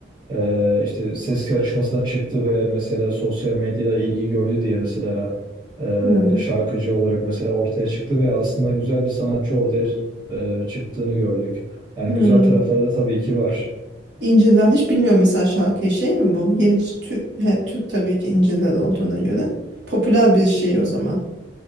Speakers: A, on the right; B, on the right.
A: e, işte ses yarışmasına çıktı ve mesela sosyal medyada ilgi gördü diye mesela e,
B: Hı.
A: şarkıcı olarak mesela ortaya çıktı ve aslında güzel bir sanatçı ortaya e, çıktığını gördük. Yani
B: Hmm.
A: güzel tarafları da tabii ki var.
B: İncirler hiç bilmiyorum mesela şarkıyı şey mi bu? Yeni Türk, Türk tabii ki İncirler olduğuna göre. Popüler bir şey o zaman.